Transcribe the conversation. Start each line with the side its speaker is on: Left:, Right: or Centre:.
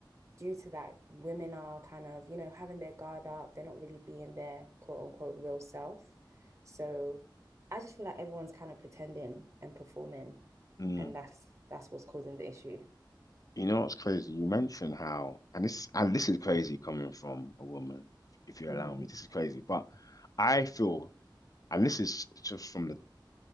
Right: due to that, women are kind of, you know, having their guard up. They're not really being their quote unquote real self. So I just feel like everyone's kind of pretending and performing,
Left: Mm.
Right: and that's that's what's causing the issue.
Left: You know what's crazy? You mentioned how, and this and this is crazy coming from a woman, if you
Right: Mm-hmm.
Left: allow me. This is crazy, but I feel, and this is just from the